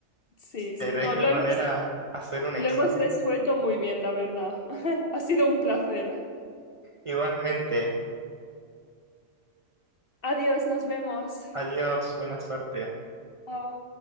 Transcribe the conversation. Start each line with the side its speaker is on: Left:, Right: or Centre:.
Left: Sí, sí,
Right: Te tenés
Left: no,
Right: que
Left: lo
Right: poner
Left: hemos,
Right: a hacer un
Left: lo
Right: examen.
Left: hemos resuelto muy bien, la verdad. <laughs> Ha sido un placer.
Right: Igualmente.
Left: Adiós, nos vemos.
Right: Adiós, buena suerte.
Left: Chao.